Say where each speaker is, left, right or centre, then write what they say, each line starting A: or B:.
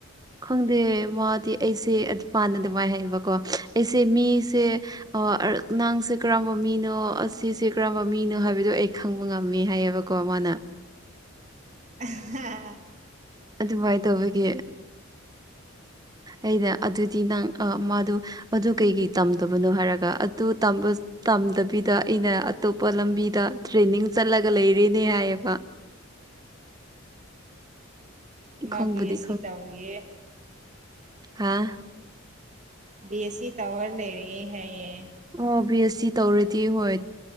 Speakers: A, on the right; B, on the right.
A: ꯈꯪꯗꯦ ꯃꯥꯗꯤ ꯑꯩꯁꯦ ꯄꯥꯟꯅ ꯑꯗꯨꯉꯥꯏ ꯍꯥꯏꯌꯦꯕꯀꯣ ꯑꯩꯁꯦ ꯃꯤꯁꯦ꯫ ꯑ ꯅꯥꯡꯁꯦ ꯀꯔꯝꯕ ꯃꯤꯅꯣ ꯑꯁꯤꯁꯦ ꯀꯔꯝꯕ ꯃꯤꯅꯣ ꯍꯥꯏꯕꯗꯣ ꯑꯩ ꯈꯪꯕ ꯉꯝꯃꯦ ꯍꯥꯏꯌꯦꯕ꯫ ꯀꯣ ꯃꯅꯥ
B: ꯑꯍꯥ
A: ꯑꯗꯨꯃꯥꯏ ꯇꯧꯕꯒꯤ꯫ ꯑꯩꯅ ꯑꯗꯨꯗꯤ ꯅꯪ ꯃꯗꯨ ꯑꯗꯨ ꯀꯩꯀꯩ ꯇꯝꯗꯕꯅꯣ ꯍꯥꯏꯔꯒ ꯑꯗꯨ ꯇꯝꯕ ꯇꯝꯗꯕꯤꯗ ꯑꯩꯅ ꯑꯇꯣꯞꯄ ꯂꯝꯕꯤꯗ ꯇ꯭ꯔꯦꯅꯤꯡ ꯆꯠꯂꯒ ꯂꯩꯔꯦꯅꯦ ꯍꯥꯏꯌꯦꯕ꯫
B: ꯃꯥ
A: ꯈꯪꯕꯨꯗꯤ
B: ꯕꯤ ꯑꯦꯁ ꯁꯤ ꯇꯧꯔꯤꯌꯦ꯫
A: ꯍꯥꯥ
B: ꯕꯤ ꯑꯦꯁ ꯁꯤ ꯇꯥꯋꯔ ꯂꯩꯔꯦ ꯍꯥꯏꯌꯦ꯫
A: ꯑꯣ ꯕꯤ ꯑꯦꯁ ꯁꯤ ꯇꯧꯔꯗꯤ ꯍꯣꯏ